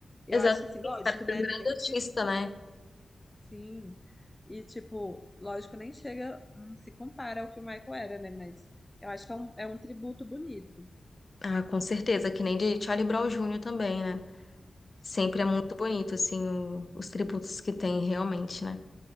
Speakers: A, on the left; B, on the left.
A: Eu
B: Exatamente,
A: acho, assim, lógico,
B: cara,
A: né,
B: foi um grande
A: nem
B: artista, né?
A: Sim. E, tipo, lógico, nem chega, não se compara ao que o Michael era, né? Mas eu acho que é um, é um tributo bonito.
B: Ah, com certeza, que nem de Charlie Brown Jr. também, né?
A: Sim.
B: Sempre é muito bonito, assim, o- os tributos que tem, realmente, né?